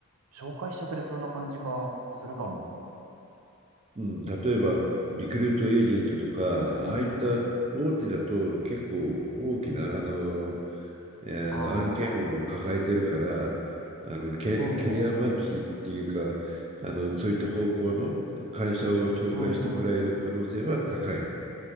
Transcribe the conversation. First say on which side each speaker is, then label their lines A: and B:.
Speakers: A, on the right (about 80°); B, on the right (about 30°).
A: 紹介してくれそうな感じがするかも。
B: うん、例えば、リクルートエージェントとか、
A: うんうんうん。
B: ああいった大手だと結構大きな、あの、えーあの案件を抱えてるから、
A: ああ、
B: あのキャ、
A: うんうんうん。
B: キャリアマッチっていうか、あの、そういった方向の会社を紹介してもらえる可能性は高い。
A: うんうん。